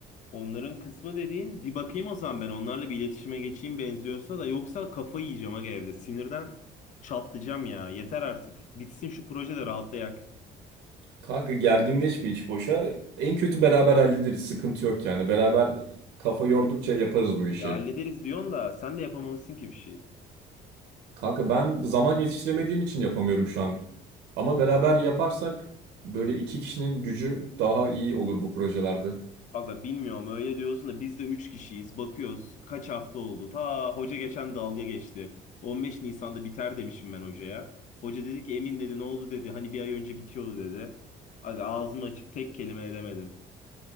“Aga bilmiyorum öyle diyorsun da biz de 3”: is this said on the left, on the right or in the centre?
Left